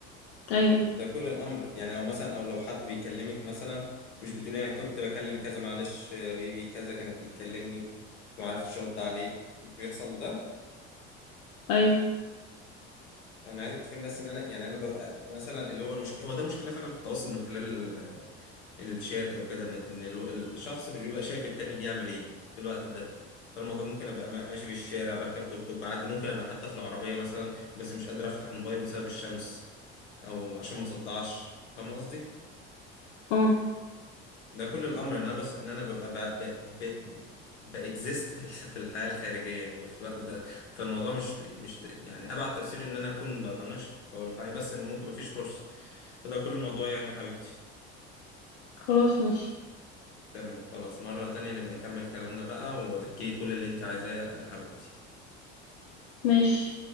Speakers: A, on the left; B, on the left.
A: ايوه
B: ده كل الامر يعني او مثلا او لو حد بيكلمك مثلا مش بتقولي انا كنت بكلم كذا معلش يا بيبي كذا كانت بتكلمني ما عرفتش ارد عليك مش بيحصل ده
A: ايوه
B: انا عايزك تفهمي بس ان انا يعني انا ببقى مثلا اللي هو المشكله هو ده مشكله فعلا في التواصل من خلال آه، الشات او كده ان إن الو- الشخص مش بيبقى شايف التاني بيعمل ايه في الوقت ده فالموضوع ممكن ابقى ما- ماشي في الشارع بركب توك توك بعدي ممكن ابقى حتى في العربيه مثلا بس مش قادر افتح الموبايل بسبب الشمس او عشان ما صدعش فاهم قصدي
A: اه
B: ده كل الامر ان انا بس ان انا ببقى ب... ب... ب... باكزيست في ال- في الحياه الخارجيه في الوقت ده فالموضوع مش مش ت- يعني ابعد تفسير ان انا اكون بطنش هو الحقيقه بس ان ممكن مفيش فرصه فده كل الموضوع يعني يا حبيبتي
A: خلاص ماشي
B: تمام خلاص مره تانية نبقى نكمل كلامنا بقى وتحكي لي كل اللي انت عايزاه يا حبيبتي
A: ماشي